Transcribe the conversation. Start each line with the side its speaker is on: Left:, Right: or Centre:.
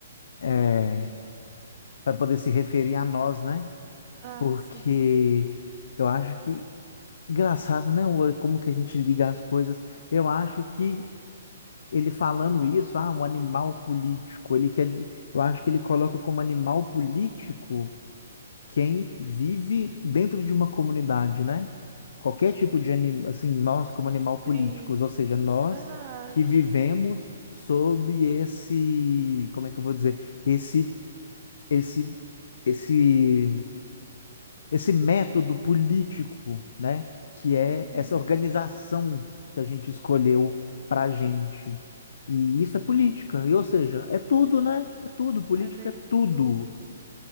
Left: É, para poder se referir a nós, né?
Right: Ah,
Left: Porque
Right: sim.
Left: eu acho que, engraçado, né? o- Como que a gente liga as coisas. Eu acho que ele falando isso, ah, um animal político, ele quer, di- eu acho que ele coloca como animal político quem vive dentro de uma comunidade, né? Qualquer tipo de animal, assim, nós como animal políticos,
Right: Sim.
Left: ou seja, nós
Right: Verdade.
Left: que vivemos sob esse, como é que eu vou dizer, esse, esse, esse, esse método político, né? Que é
Right: Uhum.
Left: essa organização que a gente escolheu para a gente. E isso é política, e, ou seja, é tudo, né? É tudo, política
Right: É meio
Left: é
Right: que
Left: tudo.
Right: tudo.